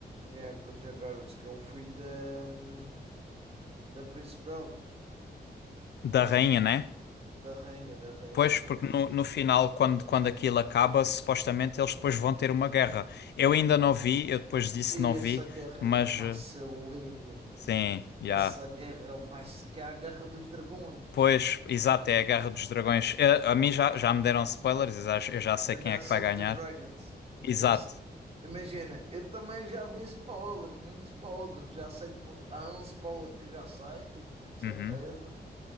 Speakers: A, on the right; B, on the left.
A: Yeah, do Jack Harris, que é o filho da. hum, da principal.
B: da rainha, né?
A: Da rainha, da rainha,
B: Pois,
A: da
B: porque
A: rainha.
B: no,
A: da-
B: no final, quando, quando aquilo acaba, supostamente eles depois vão ter uma guerra. Eu ainda não vi, eu depois disse
A: E
B: não
A: essa
B: vi,
A: guerra
B: mas
A: é que vai
B: eh,
A: ser linda.
B: sim, já
A: Essa guerra vai ser. Que é a guerra dos dragões.
B: Pois, exato, é a Guerra dos Dragões. Eh, a mim já, já me deram spoilers, eu já, eu já
A: The
B: sei quem
A: Dance
B: é que vai
A: of
B: ganhar.
A: the Dragons. The
B: Exato.
A: Dance... Imagina, eu também já vi spoilers, menos spoilers. Já sei, tipo, há um spoiler que eu já sei, tipo, de certeza,
B: Uhum.